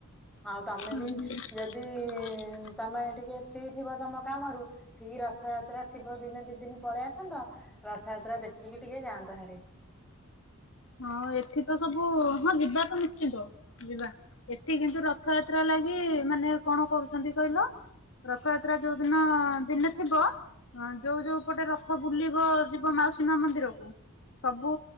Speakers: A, in the centre; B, on the left.
A: ଆଉ ତମେ
B: ହୁଁ
A: ବି ଯଦି
B: <inaudible>
A: ଉଁ ତମେ ଟିକେ ଫ୍ରି ଥିବ ତମ କାମରୁ ଠିକ୍ ରଥଯାତ୍ରା ଥିବ ଦିନେ ଦି ଦିନି ପଳେଇ ଆସନ୍ତ ରଥଯାତ୍ରା ଦେଖିକି ଟିକେ ଯାଆନ୍ତ ହାରି।
B: ହଁ ଏଠି ତ ସବୁ ହଁ ଯିବା ତ ନିଶ୍ଚିନ୍ତ। ଯିବା, ଏଠି କିନ୍ତୁ ରଥଯାତ୍ରା ଲାଗି ମାନେ କଣ କରୁଛନ୍ତି କହିଲ। ରଥଯାତ୍ରା ଯୋଉଦିନ ଦିନେ ଥିବ ହଁ ଯୋଉ ଯୋଉ ପଟେ ରଥ ବୁଲିବ ଯିବ ମାଉସୀ ମା ମନ୍ଦିରକୁ ସବୁ